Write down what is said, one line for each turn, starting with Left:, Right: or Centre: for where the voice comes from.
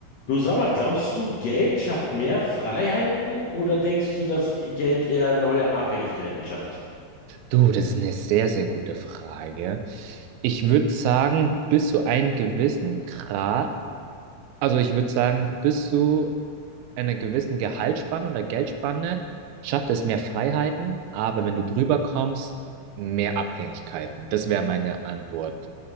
Left: Du sag mal, glaubst du, Geld schafft mehr Freiheiten oder denkst du, dass Geld eher neue Abhängigkeiten schafft?
Right: Du, das ist eine sehr, sehr gute Frage. Ich würde sagen, bis zu einem gewissen Grad, also ich würde sagen, bis zu einer gewissen Gehaltsspanne oder Geldspanne schafft es mehr Freiheiten, aber wenn du drüber kommst, mehr Abhängigkeiten. Das wäre meine Antwort.